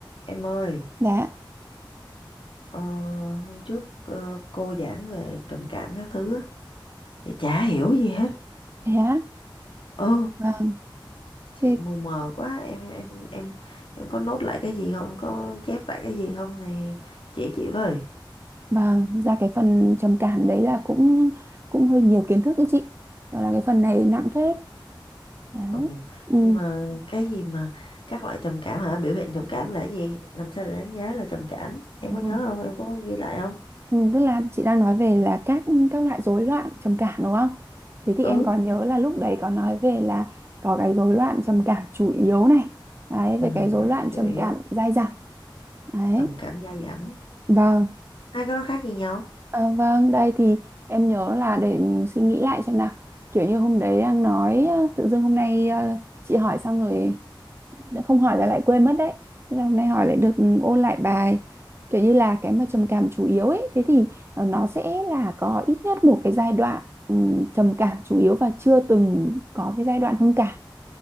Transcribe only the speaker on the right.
Dạ,
thế á.
Vâng,
thế,
vâng, thực ra cái phần trầm cảm đấy là cũng cũng hơi nhiều kiến thức đấy chị. Đó là cái phần này nặng phết. Đấy.
Ừ.
Ừ.
Ừ, tức là chị đang nói về là các các loại rối loạn trầm cảm đúng không? Thế thì
em còn nhớ là lúc đấy có nói về là có cái rối loạn trầm cảm chủ yếu này. Đấy,
về cái rối
loạn
trầm
cảm dai dẳng. Đấy.
Vâng.
À, vâng, đây thì em nhớ là để suy nghĩ lại xem nào. Kiểu như hôm đấy đang nói ờ, tự dưng hôm nay ờ, chị hỏi xong rồi đã không hỏi là lại quên mất đấy. Thế là hôm nay hỏi lại được ừ, ôn lại bài. Kiểu như là cái mà trầm cảm chủ yếu ấy, thế thì ờ, nó sẽ là có ít nhất một cái giai đoạn ừ, trầm cảm chủ yếu và chưa từng có cái giai đoạn hưng cảm